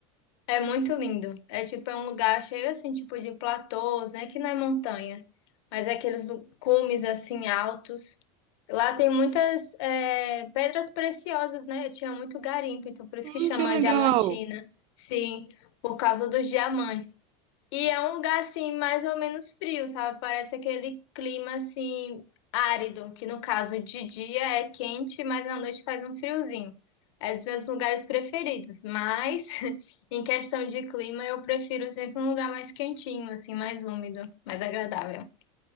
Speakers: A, on the left; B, on the right.
A: É muito lindo. É tipo, é um lugar cheio assim, tipo de platôs, né? Que não é montanha, mas é aqueles lu- cumes assim altos. Lá tem muitas é, pedras preciosas, né? Eu tinha muito garimpo, então por isso
B: Hum,
A: que chama
B: que legal.
A: Diamantina. Sim, por causa dos diamantes. E é um lugar assim, mais ou menos frio, sabe? Parece aquele clima assim árido, que no caso de dia é quente, mas na noite faz um friozinho. É dos meus lugares preferidos, mas <laughs> Em questão de clima, eu prefiro sempre um lugar mais quentinho, assim, mais úmido, mais agradável.